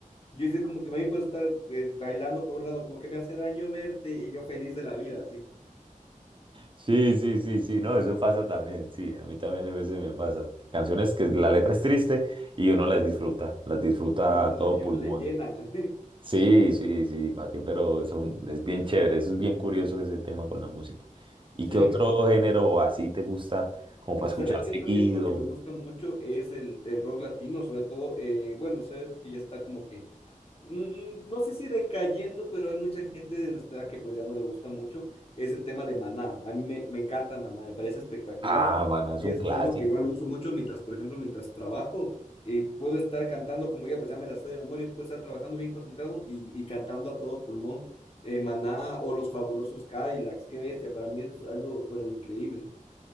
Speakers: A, on the left; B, on the right.
A: Yo es que como que me puedo estar eh, bailando por un lado, como que me hace daño verte y yo feliz de la vida, así.
B: Sí, sí, sí, sí, no, eso pasa también, sí, a mí también a veces me pasa. Canciones que la letra es triste y uno
A: Ujú.
B: las disfruta, las disfruta
A: Y uno,
B: a
A: le-
B: todo
A: y
B: pulmón.
A: uno le llenan.
B: Sí, sí, sí, pa' qué, pero son- es bien chévere, eso es bien curioso ese tema con la música. ¿Y
A: <laughs> Chévere.
B: qué otro género así te gusta como para
A: ¿Sabes
B: escuchar
A: qué
B: seguido?
A: otro género que me gusta mucho es el, el rock latino, sobre todo, eh, bueno, sabes que ya está como que, mm, no sé si decayendo, pero hay mucha gente de nuestra edad que pues ya no le gusta mucho, es el tema de Maná. A mí me, me encanta Maná, me parece espectacular
B: Ah, man, es
A: y es
B: un clásico.
A: algo que igual lo uso mucho mientras, por ejemplo, mientras trabajo, eh, puedo estar cantando como ya pues ya me la sé de memoria, puedo estar trabajando bien concentrado y, y cantando a todo pulmón. eh, Maná o los fabulosos Cadillacs, qué bestia, para mí eso es algo pero increíble.